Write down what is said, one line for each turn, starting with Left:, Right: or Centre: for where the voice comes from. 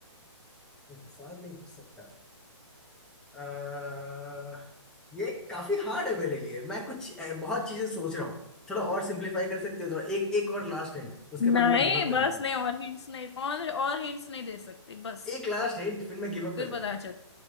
Centre: इंसान नहीं घुस सकता आ, ये काफी हार्ड है मेरे लिए मैं कुछ अ, बहुत चीजें सोच रहा हूँ थोड़ा और सिंप्लीफाई कर सकते हो थोड़ा एक एक और लास्ट हिंट उसके
Left: नहीं
Centre: बाद मैं गिव अप कर
Left: बस
Centre: दूंगा
Left: नहीं और हिंट्स नहीं और और हिंट्स नहीं दे सकती बस
Centre: एक लास्ट हिंट फिर मैं गिव अप
Left: फिर
Centre: कर
Left: पता
Centre: दूंगा
Left: चल